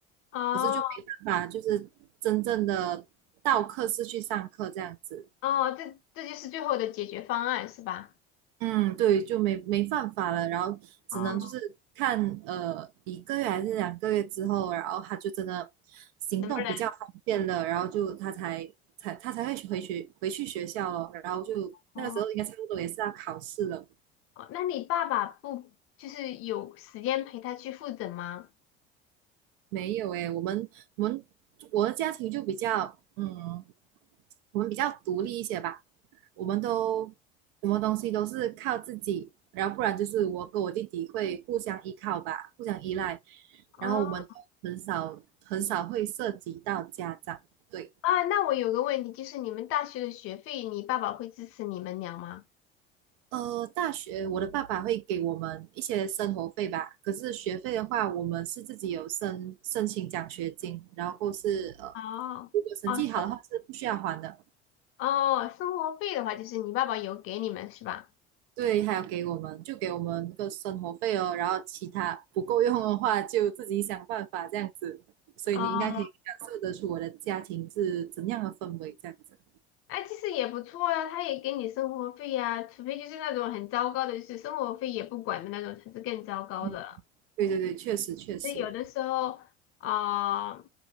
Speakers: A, on the left; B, on the right.
A: 哦
B: 可是就没办法，就是真正的到课室去上课这样子。
A: 哦，这这就是最后的解决方案是吧？
B: 嗯，对，就没没办法了，然后只能就是看呃一个月还是两个月之后，
A: 哦，
B: 然后他就真的行动比较方便了，
A: 能不能？
B: 然后就他才才他才会去回去回去学校咯，然后就那个时候应该差不多也是要考试了，
A: 哦哦，那你爸爸不就是有时间陪他去复诊吗？
B: 没有诶，我们我们我的家庭就比较嗯。我们比较独立一些吧，我们都什么东西都是靠自己，然后不然就是我跟我弟弟会互相依靠吧，互相依赖，然后我们很少很少会涉及到家长。
A: 哦。
B: 对，
A: 啊，那我有个问题，就是你们大学的学费，你爸爸会支持你们俩吗？
B: 呃，大学我的爸爸会给我们一些生活费吧，可是学费的话，我们是自己有申申请奖学金，然后或是呃，
A: 哦，
B: 如果成绩好的话是不需要还的。
A: 哦，生哦，生活费的话，就是你爸爸有给你们是吧？
B: 对，还有给我们就给我们那个生活费哦，然后其他不够用的话就自己想办法这样子。所以你应该可以感受得出我的家庭是怎样的氛围，
A: 哦，
B: 这样子。
A: 哎，其实也不错啊，他也给你生活费呀、除非就是那种很糟糕的，就是生活费也不管的那种，才是更糟糕的了。
B: 嗯，对对对，确实确实
A: 所以有的时候啊、